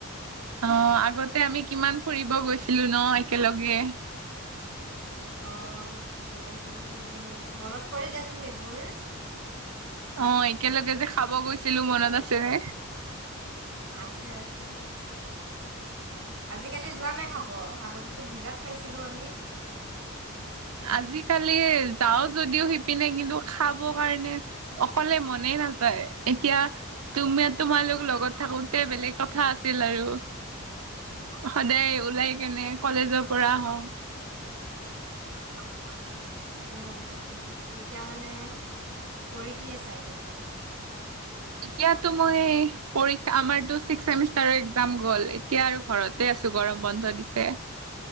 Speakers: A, on the right (about 80°); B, on the right (about 65°).
A: অ আগতে আমি কিমান ফুৰিব গৈছিলো ন একেলগে।
B: অ গৈছিলো মানে মনত পৰি দেচোন সেইবোৰ।
A: অ একেলগে যে খাব গৈছিলো মনত আছেনে।
B: আছে আছে। আজিকালি যোৱা নাই খাব আগতেতো বিৰাট খাইছিলো আমি।
A: আজিকালি যাও যদিও শিপিনে কিন্তু খাব কাৰণে অকলে মনে নাথে। নাযায় এতিয়া। তুমি তোমালোক লগত থাকোতে বেলেগ কথা আছিল আৰু। সদায় ওলাই কেনে কলেজৰ পৰা আহও। । <inaudible>
B: নহয় দিয়াচোন এতিয়া মানে কৰি কি আছা এতিয়া তুমি।
A: এতিয়া টো মই পৰীক্ষা আমাৰতো ছিক্স ছেমিষ্টাৰ ৰ এক্সাম গল এতিয়া আৰু ঘৰতে। ছো গৰম বন্ধ দিছে